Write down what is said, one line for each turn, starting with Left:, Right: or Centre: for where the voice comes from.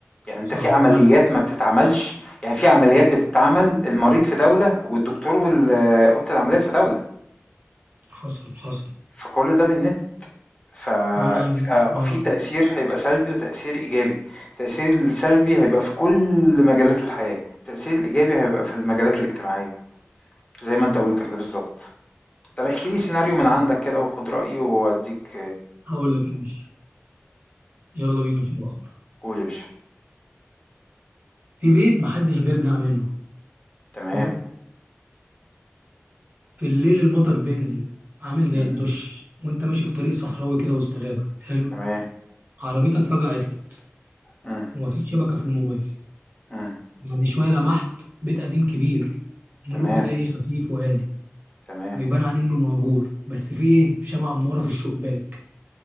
Left: يعني أنت
Right: صح
Left: في عمليات
Right: انا
Left: ما بتتعملش يعني في عمليات بتتعمل المريض في دولة والدكتور وال أوضة العمليات في دولة،
Right: حصل حصل
Left: فكل ده بالنت، ف
Right: انا
Left: ففي
Right: اه
Left: تأثير هيبقى سلبي وتأثير إيجابي، التأثير السلبي هيبقى في كل مجالات الحياة، التأثير الإيجابي هيبقى في المجالات الاجتماعية زي ما أنت قُلت كده بالضبط. طب احكِ لي سيناريو من عندك كده وخُد رأيي وأدّيك
Right: هقول لك ايه ماشي يلا بينا في مغامرة
Left: قُل يا باشا.
Right: في بيت محدش بيرجع منه
Left: تمام،
Right: حلو في الليل المطر بينزل عامل زي
Left: إمم،
Right: الدش وانت ماشي في طريق صحراوي كده وسط غابة حلو
Left: تمام،
Right: عربيتك فجأة عطلت
Left: إمم.
Right: ومفيش شبكة في الموبايل
Left: إمم.
Right: بعد شوية لمحت بيت قديم كبير
Left: تمام،
Right: نوره كده ايه خفيف وهادي
Left: تمام،
Right: ويبان عليه انه مهجور بس في ايه شمعة منورة في الشباك